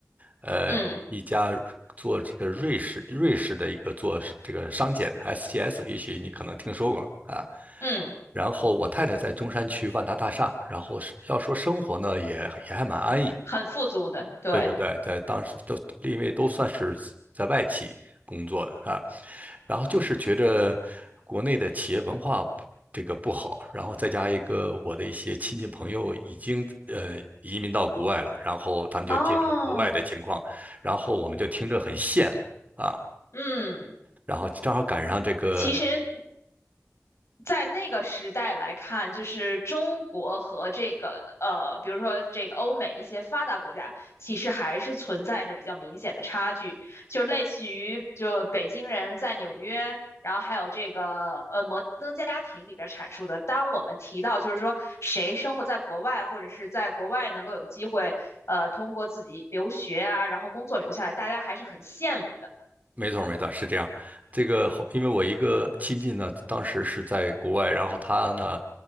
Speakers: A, on the right; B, on the left.
A: 呃一家做这个瑞士瑞士的一个做是这个商检
B: 嗯
A: SGS，也许你可能听说过啊。
B: 嗯，
A: 然后我太太在中山区万达大厦，然后是要说生活呢也也还蛮安逸，
B: 很富足的，对。
A: 对对对，在当时都因为都算是在外企工作的啊，然后就是觉着国内的企业文化不这个不好，然后再加一个我的一些亲戚朋友已经呃移民到国外了，然后他们就介绍国外的情况，
B: 哦，
A: 然后我们就听着很羡慕啊，
B: 嗯，
A: 然后正好赶上这个
B: 其实。在那个时代来看，就是中国和这个呃，比如说这个欧美一些发达国家，其实还是存在着比较明显的差距，就类似于就北京人在纽约。然后还有这个呃，《摩登家庭》里边阐述的，当我们提到就是说谁生活在国外，或者是在国外能够有机会，呃，通过自己留学啊，然后工作留下来，大家还是很羡慕的。
A: 没错儿没错儿是这样。这个后因为我一个亲戚呢，当时是在国外，然后他呢